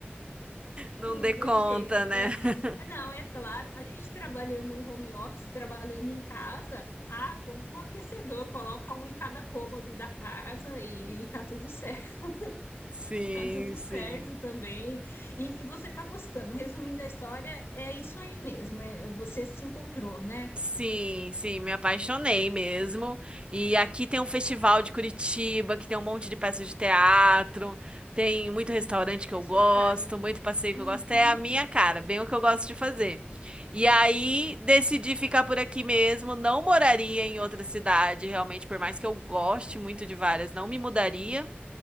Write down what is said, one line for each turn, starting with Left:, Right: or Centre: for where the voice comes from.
Right: Não
Left: não
Right: dê conta,
Left: tem jeito,
Right: né?
Left: né?
Right: <laughs>
Left: Ah, Não, é claro, a gente trabalhando home office, trabalhando em casa, ah, compra um aquecedor, coloca um em cada cômodo da casa e, e tá tudo certo,
Right: Sim,
Left: <laughs> tá tudo
Right: sim.
Left: certo também. E, e você tá gostando. Resumindo a história, é isso aí mesmo, é, você se encontrou, né?
Right: Sim, sim, me apaixonei mesmo. E aqui tem um festival de Curitiba, que tem um monte de peças de teatro, tem muito restaurante que
Left: É
Right: eu
Left: a
Right: gosto,
Left: sua cara.
Right: muito passeio
Left: Uhum.
Right: que eu gosto. É a minha cara, bem o que eu gosto de fazer. E aí decidi ficar por aqui mesmo, não moraria em outra cidade, realmente, por mais que eu goste muito de várias, não me mudaria.